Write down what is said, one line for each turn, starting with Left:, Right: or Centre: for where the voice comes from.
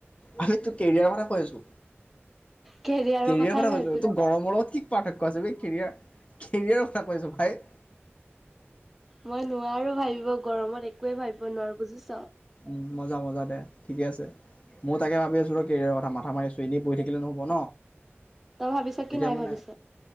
Left: আমি তোৰ কেৰিয়াৰৰ কথা কৈ আছো
Centre: কেৰিয়াৰৰ
Left: কেৰিয়াৰ
Centre: কথাই
Left: কথা
Centre: ভাবিবলৈ
Left: কৈছো তোৰ গৰমৰ লগত কি পাৰ্থক্য আছে এই কেৰিয়াৰ কেৰিয়াৰৰ কথা কৈছোঁ ভাই
Centre: মই নোৱাৰো ভাবিব গৰমত একোৱে ভাবিব নোৱাৰো বুজিছ
Left: উম মজা মজা দে ঠিকে আছে ম তাকে ভাবি আছো ৰ কেৰিয়াৰৰ কথা মাথা মাৰিচো এনেই পঢ়ি থাকিলে নহ'ব ন
Centre: তই ভাবিছ কি
Left: এতিয়া
Centre: নাই
Left: মানে
Centre: ভাবিছ